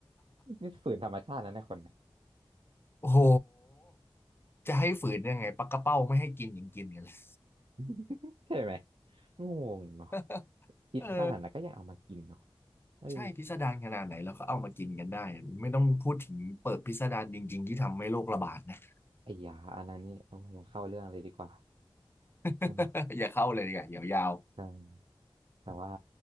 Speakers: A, on the right; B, on the left.
A: นี่ฝืนธรรมชาตินะเนี่ยคนเนี่ย
B: โอ้โหจะให้ฝืนยังไงปลากระเป้าไม่ให้กินยังกินกันเลย
A: <laughs> ใช่ไหมงงเนาะ
B: <laughs>
A: คิดขนาดนั้นก็ยังเอามากินเนาะ
B: เออ
A: เออ
B: ใช่พิสดารขนาดไหนแล้วก็เอามากินกันได้ไม่ต้องพูดถึงเปิดพิสดารจริงๆที่ทำให้โรคระบาดนะ
A: ไอ้ยาอันนั้นนี่โอ้ยอย่าเข้าเรื่องเลยดีกว่า
B: <laughs>
A: ไม่
B: อย่าเข้าเลยดีกว่าเดี๋ยวยาว
A: ใช่ แต่ว่า